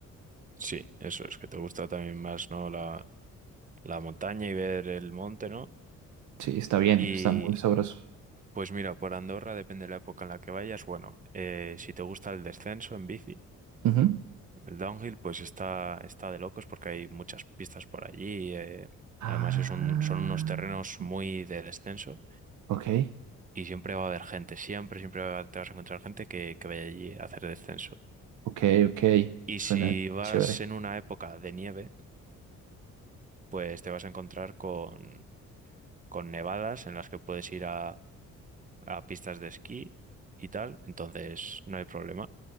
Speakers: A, on the right; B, on the right.
A: Sí, eso es, que te gusta también más, ¿no? La, la montaña y ver el monte, ¿no?
B: Sí, está bien,
A: Y
B: está muy sabroso.
A: pues mira, por Andorra, depende de la época en la que vayas, bueno, eh, si te gusta el descenso en bici,
B: Ujú.
A: el downhill, pues está, está de locos porque hay muchas pistas por allí. eh,
B: Ah,
A: además, es un, son unos terrenos muy de descenso
B: ok,
A: y siempre va a haber gente, siempre, siempre va- a- te vas a encontrar gente que, que vaya allí a hacer descenso.
B: ok, ok,
A: Y
B: suena
A: si vas
B: chévere.
A: en una época de nieve, pues te vas a encontrar con con nevadas en las que puedes ir a, a pistas de esquí y tal, entonces no hay problema.